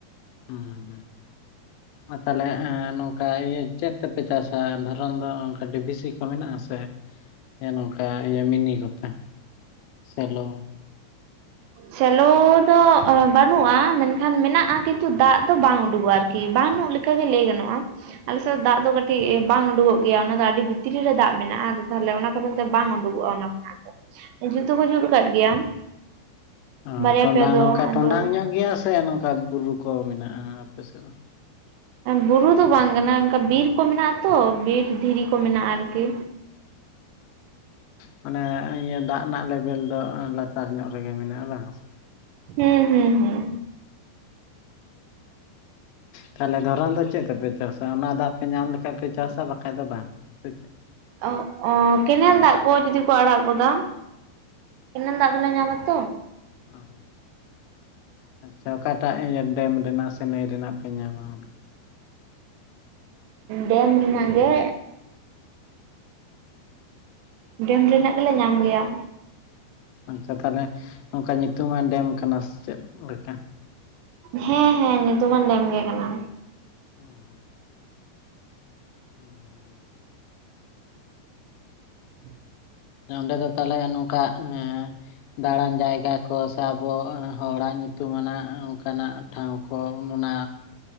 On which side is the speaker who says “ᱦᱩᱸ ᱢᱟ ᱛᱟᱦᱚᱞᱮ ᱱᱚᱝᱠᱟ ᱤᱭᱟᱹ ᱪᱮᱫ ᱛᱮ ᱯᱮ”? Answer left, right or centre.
Left